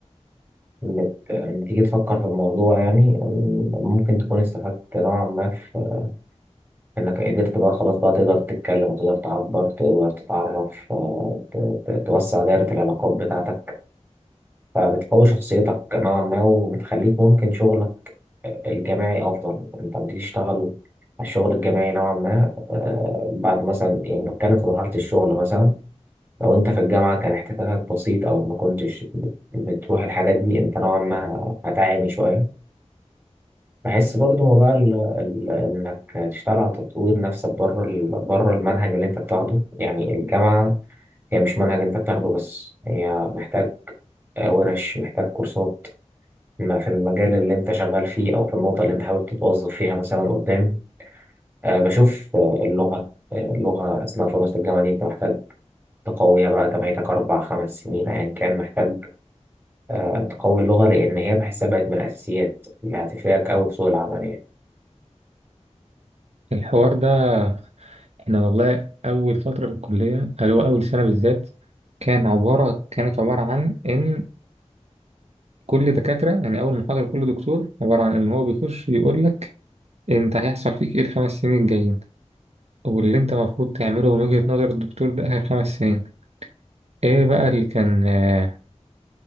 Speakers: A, on the right (about 20°); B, on the right (about 60°).
A: بت... لما تيجي تفكر في الموضوع يعني م- ممكن تكون استفدت نوعا ما في إنك قدرت بقى خلاص بقى تقدر تتكلم وتقدر تعبر تقدر تتعرف آه، ت... ت... توسع دائرة العلاقات بتاعتك فبتقوي شخصيتك نوعا ما وبتخليك ممكن شغلك الجماعي أفضل أنت لما تيجي تشتغل على الشغل الجماعي نوعا ما آه، بعد مثلا يعني بتكلم في مرحلة الشغل مثلا لو انت في الجامعة كان احتكاكك بسيط او ما كنتش بت- بتروح الحاجات دي انت نوعا ما هتعاني شوية بحس برضو موضوع ال ال انك تشتغل على تطوير نفسك بره ال بره المنهج اللي انت بتاخده يعني الجامعة هي مش منهج انت بتاخده بس هي محتاج ورش محتاج كورسات ما في المجال اللي انت شغال فيه او في النقطة اللي انت حابب تتوظف فيها مثلا قدام آه، بشوف آه، اللغة آه، اللغة أثناء فترة الجامعة دي أنت محتاج تقويها بقى أنت بقيتك أربع خمس سنين أيا كان محتاج آه، تقوي اللغة لأن هي بحسها بقت من الأساسيات اللي هتفرقك أوي في سوق العمل يعني
B: الحوار ده احنا والله اول فتره في الكليه اللي هو اول سنه بالذات كان عباره كانت عباره عن ان كل دكاتره يعني اول محاضره كل دكتور عباره عن ان هو بيخش يقول لك انت هيحصل فيك ايه الخمس سنين الجايين واللي انت المفروض تعمله من وجهه نظر الدكتور ده اخر خمس سنين ايه بقى اللي كان آه،